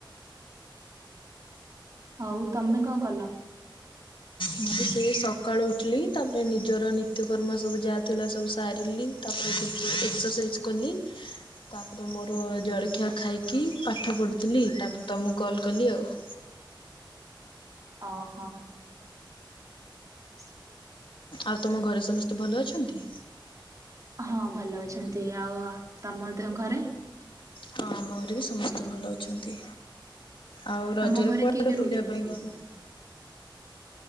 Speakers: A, on the right (about 40°); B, on the left (about 80°).
A: ଆଉ ତମେ କଣ କଲ?
B: ମୁଁ ସେଇ ସକାଳୁ ଉଠିଲି ତାପରେ ନିଜର ନତିୟକର୍ମ ସବୁ ଯାହା ଥିଲା ସବୁ ସାରିଲି। ତାପରେ ଏକ୍ସରସାଇଜି କଲି।
A: ହ
B: ତାପରେ ମୋର ଜଳଖିଆ ଖାଇକି ପାଠ ପଢୁଥିଲି। ତାପରେ ତମକୁ କଲ୍ କଲି ଆଉ।
A: ଅହଁ। ହୁଁ
B: ଆଉ ତମ ଘରେ ସମସ୍ତେ ଭଲ ଅଛନ୍ତି।
A: ହଁ ଭଲ ଅଛନ୍ତି। ଆଉ ତମ ଘରେ?
B: ହଁ ଆମ ଘରେ ବି ସମସ୍ତେ ଭଲ ଅଛନ୍ତି। ଆଉ
A: ତମ
B: ରଜରେ
A: ଘରେ
B: କୁଆଡେ
A: କିଏ କିଏ ରହୁଛନ୍ତି
B: ବୁଲିବା ପାଇଁ
A: ସମସ୍ତେ?
B: ଗଲ?